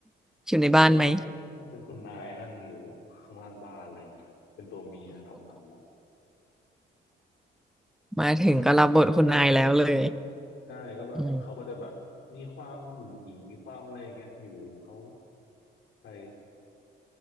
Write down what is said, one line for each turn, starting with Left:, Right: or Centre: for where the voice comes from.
Centre: <laughs> อยู่ในบ้านไหม
Left: ทุกวันนี้ก็ก็เป็นคุณนายนั่งอยู่ข้างล่างบ้านอะไรอย่างเงี้ยเป็นตัวเมียทำมันละ
Centre: <laughs> มาถึงก็รับบทคุณนายแล้วเลย
Left: ใช่ก็แบบเขาก็จะแบบมีความหยิ่งหยิ่งมีความอะไรอย่างเงี้ยอยู่ของเขา
Centre: อืม
Left: ไป